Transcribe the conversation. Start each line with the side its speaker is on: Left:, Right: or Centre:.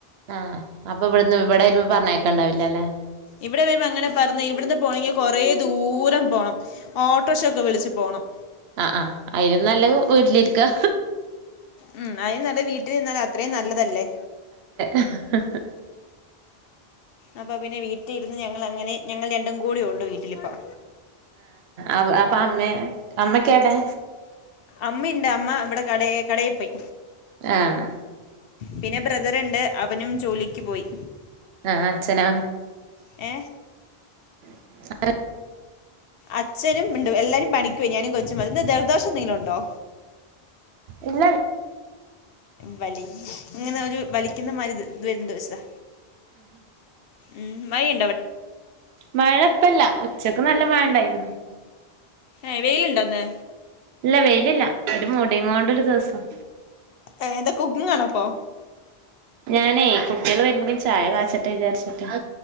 Right: ആഹ് അപ്പൊ ഇവിടന്ന് ഇവിടെ വരുമ്പോ പറഞ്ഞയക്ക്ണ്ടാവില്ലല്ലേ
Left: ഇവിടെ വരുമ്പൊ അങ്ങനെ പറഞ്ഞയ ഇവിടുന്ന് പോണെങ്കിൽ കുറേ ദൂരം പോണം ഓട്ടോർഷയൊക്കെ വിളിച്ച് പോണം
Right: ആ ആ അയിലും നല്ലത് വീട്ടിലിരിക്കാ
Left: ഉം അതിലും നല്ലത് വീട്ടിലിരുന്നാൽ അത്രയും നല്ലതല്ലേ
Right: ഹ-ഹ-ഹ
Left: അപ്പപ്പിന്നെ വീട്ടി ഇരുന്ന് ഞങ്ങൾ അങ്ങനെ ഞങ്ങൾ രണ്ടും കൂടിയുള്ളു വീട്ടിലിപ്പം
Right: ആഹ് അപ്പൊ അമ്മയോ അമ്മക്കേടെ
Left: അമ്മയുണ്ട് അമ്മ ഇവിടെ കടേ കടേ പോയി
Right: ആഹ്
Left: പിന്നെ ബ്രദറ്ണ്ട് അവനും ജോലിക്ക് പോയി
Right: ആഹ് അച്ഛനോ
Left: ഏ
Right: <inaudible>
Left: അച്ഛനും ഇണ്ട് എല്ലാരും പണിക്കുപോയി ഞാനും കൊച്ചും മതി ന്താ ജൽദോഷം എന്തെങ്കിലുണ്ടോ
Right: ഇല്ല
Left: വലി ഇങ്ങനൊരു വലിക്കുന്നമാരി വര്ണോണ്ടോയിച്ചതാ ഉം മഴയ്
Right: മഴ ഇപ്പല്ല ഉച്ചക്ക് നല്ല മഴണ്ടായിരുന്നു
Left: ഏ വെയിലുണ്ടോന്ന്
Right: ഇല്ല വെയിലില്ല ഒരു മൂടിയുങ്ങോണ്ടൊരുസം
Left: എന്താ കുക്കിംഗാണൊ ഇപ്പൊ
Right: ഞാനേ കുട്ടികള് വരുമ്പക്കും ചായ കാച്ചട്ടെ വിചാരിച്ചിട്ട <inaudible>